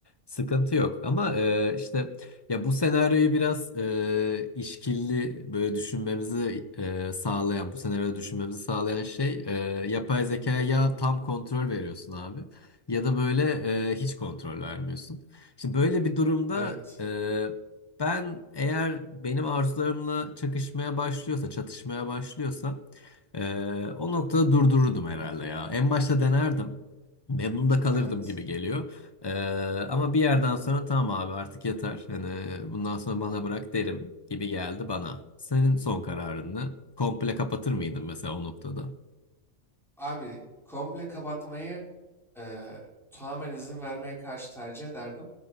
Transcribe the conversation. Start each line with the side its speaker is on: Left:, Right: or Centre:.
Left: Sıkıntı yok ama e, işte ya bu senaryoyu biraz e, işkilli böyle düşünmemizi e, sağlayan, bu senaryoda düşünmemizi sağlayan şey e, yapay zekaya ya tam kontrol veriyorsun abi ya da böyle e, hiç kontrol vermiyorsun. İşte böyle bir durumda
Centre: Evet,
Left: e, ben eğer benim arzularımla çakışmaya başlıyorsa, çatışmaya başlıyorsa e, o noktada durdururdum herhalde ya. En başta denerdim. Memnun da kalırdım
Centre: evet.
Left: gibi geliyor. Ee, ama bir yerden sonra tamam abi artık yeter. Hani bundan sonra bana bırak derim gibi geldi bana. Senin son kararını Komple kapatır mıydın mesela o noktada?
Centre: Abi komple kapatmayı eee tamamen izin vermeye karşı tercih ederdim.